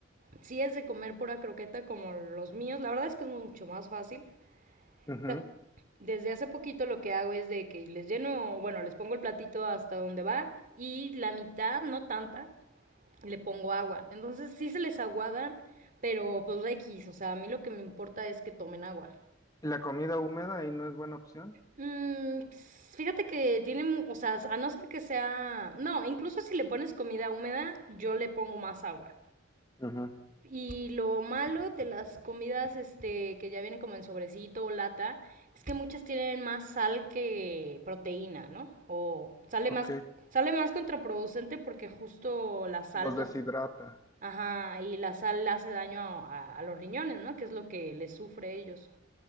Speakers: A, on the right; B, on the left.
A: si es de comer pura croqueta como los míos, la verdad es que es mucho más fácil.
B: ujú.
A: Ta- Desde hace poquito lo que hago es de que les lleno, bueno, les pongo el platito hasta donde va y la mitad, no tanta, le pongo agua. Entonces sí se les aguadan, pero pues X, o sea, a mí lo que me importa es que tomen agua.
B: ¿Y la comida húmeda ahí no es buena opción?
A: Mm, pues, fíjate que tiene, mu- o sea, a no ser que sea, no, incluso si le pones comida húmeda, yo le pongo más agua.
B: Ujú,
A: Y lo malo de las comidas este, que ya vienen como en sobrecito o lata es que muchas tienen más sal que proteína, ¿no? O sale
B: Ok,
A: más, sale más contraproducente porque justo la sal,
B: los
A: pues,
B: deshidrata,
A: ajá, y la sal hace daño a, a- a los riñones, ¿no? Que es lo que les sufre a ellos.